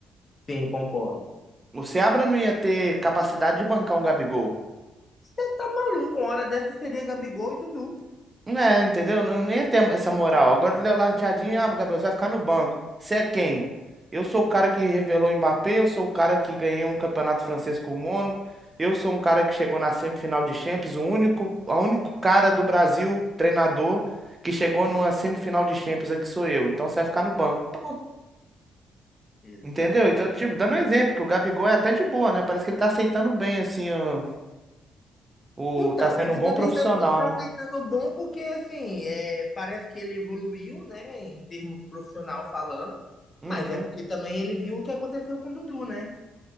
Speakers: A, on the left; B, on the right.
A: sim, concordo.
B: O Seabra não ia ter capacidade de bancar um Gabigol.
A: Você tá maluco, uma hora dessa seria Gabigol e Dudu.
B: É, entendeu? Não, nem ia ter essa moral. Agora o Leonardo Jardim, ah, Gabriel, você vai ficar no banco. Você é quem? Eu sou o cara que revelou o Mbappé, eu sou o cara que ganhei um campeonato francês com o Mônaco, eu sou um cara que chegou na semifinal de Champions, o único, o único cara do Brasil, treinador, que chegou numa semifinal de Champions aqui sou eu. Então você vai ficar no banco. Pronto.
A: Exatamente.
B: Entendeu? Então, tipo, dando um exemplo, que o Gabigol é até de boa, né? Parece que ele tá aceitando bem, assim, o, o-
A: Então,
B: tá sendo
A: ele
B: um bom
A: tá aceitando,
B: profissional,
A: ele tá
B: né?
A: aceitando bom porque, assim, é, parece que ele evoluiu, né, em termos profissional falando,
B: Uhum.
A: mas é porque também ele viu o que aconteceu com o Dudu, né?